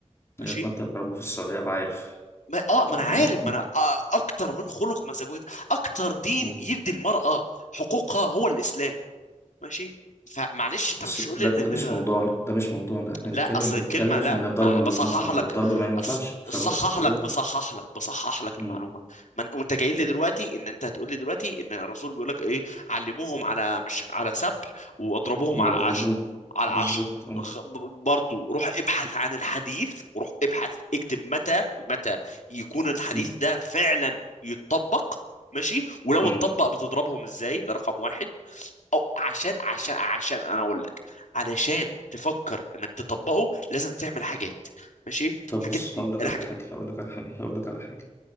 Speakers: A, on the left; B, on the left.
A: أيوة،
B: ماشي
A: كنت بلعب في السعودية أنا عارف
B: ما اه ما
A: اه
B: انا عارف ما انا آه اكتر من خلق مع زوجاته اكتر دين
A: مم.
B: يدي المرأة حقوقها هو الاسلام ماشي فمعلش انت
A: بس
B: مش
A: ده,
B: تقول لي ان
A: ده
B: إن-
A: مش موضوعنا ده مش موضوعنا احنا
B: لا
A: بنتكلم
B: اصل
A: انت
B: الكلمه
A: بتتكلم
B: لا
A: في ان الضرب
B: ما
A: ممنوع
B: بصحح
A: او
B: لك
A: ان الضرب ما ينفعش
B: أص...
A: فبقول
B: صحح لك
A: لك
B: بصحح لك بصحح لك المعلومه
A: امم
B: من... وانت جاي لي دلوقتي ان انت هتقول لي دلوقتي ان الرسول بيقول لك ايه علموهم على مش على سبع واضربوهم
A: مضروبون
B: على عشر على
A: بالظبط
B: عشر
A: اه
B: غ... برضو روح ابحث عن الحديث وروح ابحث اكتب متى متى يكون الحديث
A: مم.
B: ده فعلا يتطبق ماشي ولو
A: مم.
B: اتطبق بتضربهم ازاي ده رقم واحد او عشان عشان عشان انا اقول لك علشان تفكر انك تطبقه لازم تعمل حاجات ماشي
A: طب
B: الحاجات
A: بص
B: دي
A: هقول لك
B: الحاجات
A: على حاجه هقول لك على حاجه هقول لك على حاجه